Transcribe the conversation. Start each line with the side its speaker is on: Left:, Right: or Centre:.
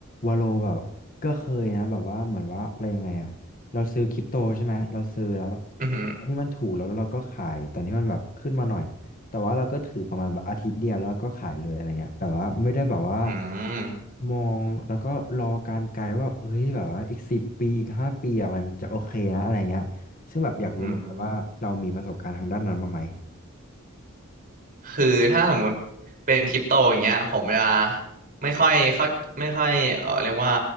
Left: วาโลแบบก็เคยนะแบบว่าเหมือนว่าอะไรยังไงอะเราซื้อคริปโตใช่ไหมเราซื้อแล้ว
Right: อือหือ
Left: ตอนที่มันถูกแล้วก็เราก็ขายตอนที่มันแบบขึ้นมาหน่อยแต่ว่าเราก็ถือประมาณแบบอาทิตย์เดียวแล้วก็ขายเลยอะไรเงี้ยแบบว่าไม่ได้แบบว่า
Right: อืม
Left: มองแล้วก็รอการไกลว่าเฮ้ยแบบว่าอีกสิบปีอีกห้าปีอ่ะมันจะโอเคนะอะไรเงี้ย ซึ่งแบบอยากรู้เหมือนกันว่าเรามีประสบการณ์ทางด้านนั้นมาไหม
Right: อืม คือถ้าสมมุติเป็นคริปโตอย่างเงี้ยผมจะไม่ค่อยเข้าไม่ค่อยเออเรียกว่า